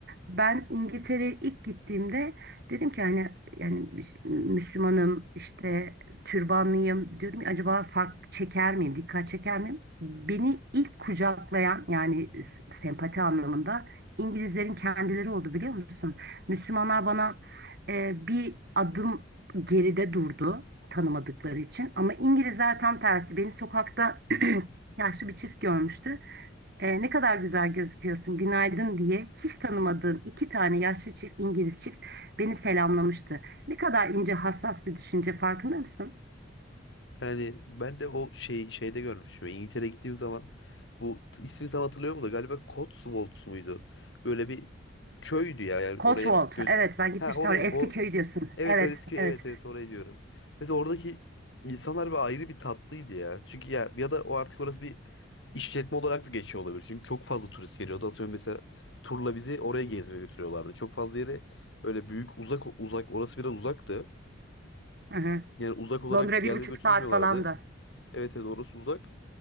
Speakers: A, on the right; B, on the left.
A: Ben İngiltere'ye ilk gittiğimde dedim ki hani yani Müslümanım işte türbanlıyım diyordum ki, acaba fark çeker miyim, dikkat çeker miyim? Beni ilk kucaklayan yani s- sempati anlamında İngilizlerin kendileri oldu biliyor musun? Müslümanlar bana e, bir adım geride durdu tanımadıkları için. Ama İngilizler tam tersi. Beni sokakta <clears throat> yaşlı bir çift görmüştü. "E, ne kadar güzel gözüküyorsun, günaydın diye hiç tanımadığım iki tane yaşlı çift, İngiliz çift beni selamlamıştı. Ne kadar ince, hassas bir düşünce farkında mısın?
B: Yani ben de o şey şeyde görmüşüm. İngiltere'ye gittiğim zaman bu t- ismini tam hatırlıyorum da galiba Cotswolds muydu? Böyle bir köydü ya yani
A: Cotswold.
B: oraya gözü.
A: Evet ben gitmiştim
B: Ha oraya
A: oraya. Eski
B: o
A: köy diyorsun.
B: evet
A: Evet,
B: öylesi köy
A: evet.
B: evet evet oraya diyorum. Mesela oradaki insanlar bir ayrı bir tatlıydı ya. Çünkü ya ya da o artık orası bir işletme olarak da geçiyor olabilir. Çünkü çok fazla turist geliyordu. Atıyorum mesela turla bizi oraya gezmeye götürüyorlardı. Çok fazla yere öyle büyük uzak uzak orası biraz uzaktı.
A: Hı hı.
B: Yani uzak olarak
A: Londra bir
B: yerlere
A: buçuk
B: götürmüyorlardı.
A: saat falan da
B: Evet evet orası uzak.